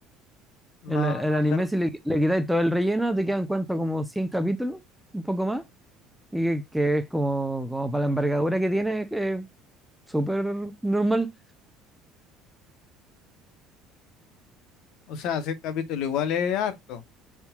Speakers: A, on the left; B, in the centre.
A: no,
B: El, el
A: no
B: anime,
A: es largo.
B: si le, le quitáis todo el relleno, te quedan cuánto, como 100 capítulos, un poco más, y que, que es como, como para la envergadura que tiene, que es súper normal.
A: O sea, si el capítulo igual es harto,